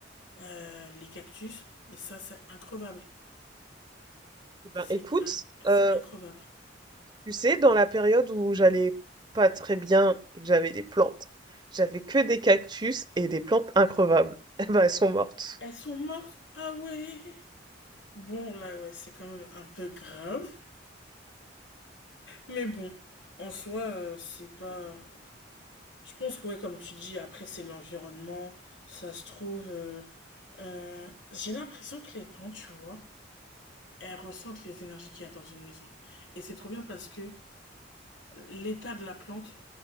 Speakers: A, on the left; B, on the right.
A: Euh, les cactus, mais ça, c'est increvable.
B: Eh
A: C'est
B: Ben, écoute,
A: in- c'est
B: euh,
A: increvable.
B: tu sais, dans la période où j'allais pas très bien et que j'avais des plantes, j'avais que des cactus et des plantes increvables. <laughs> Eh ben, elles sont mortes.
A: Elles sont mortes? Ah ouais! Bon, là, ouais, c'est quand même un peu grave. Mais bon, en soi, euh, c'est pas. Je pense que, ouais, comme tu dis, après, c'est l'environnement. Ça se trouve. euh, euh, J'ai l'impression que les plantes, tu vois, elles ressentent les énergies qu'il y a dans une maison. Et c'est trop bien parce que l'état de la plante,